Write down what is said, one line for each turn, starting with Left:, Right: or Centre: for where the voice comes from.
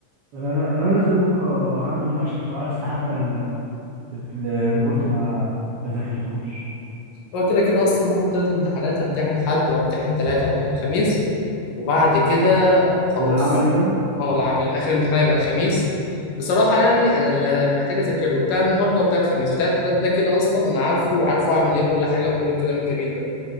Right: انا أنا نازل بكره عندي مناقشه بصراحه لسه حتى ال- ال- الريبورت ما ما ذاكرتوش
Left: هو كده كده اصلا هم ثلاث امتحانات همتحن حد وامتحن ثلاثة وامتحن خميس وبعد كده خلاص
Right: بالعملي ده
Left: اه العملي اخر امتحان هيبقى الخميس بصراحة يعني انا اللي محتاج اذاكر له بتاع النهارده وبتاع الخميس بتاع التلات ده كده اصلا انا عارفه وعارف اعمل ايه كل حاجة وكل الكلام الجميل ده